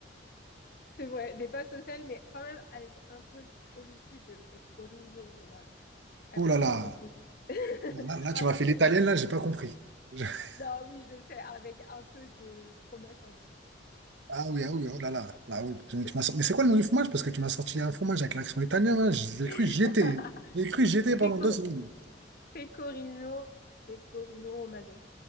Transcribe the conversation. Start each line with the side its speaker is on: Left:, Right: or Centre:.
Left: c'est vrai, des pâtes au sel, mais quand même avec un peu au-dessus de pecorino romano. Avec
Right: Oh là là,
Left: un peu de... <laughs>
Right: là, là, tu
Left: un
Right: m'as
Left: peu
Right: fait l'italienne,
Left: de...
Right: là, j'ai pas compris. <laughs>
Left: Non, oui, je sais, avec un peu de fromage par-dessus.
Right: Ah oui, ah oui, oh là là, là oui. Tu m'as sorti- Mais c'est quoi le nom du fromage? Parce que tu m'as sorti un fromage avec l'accent italien, là. J'ai cru que
Left: <laughs>
Right: j'y étais. J'ai cru que j'y étais pendant
Left: Peco...
Right: deux secondes.
Left: Pecorino... Pecorino romano.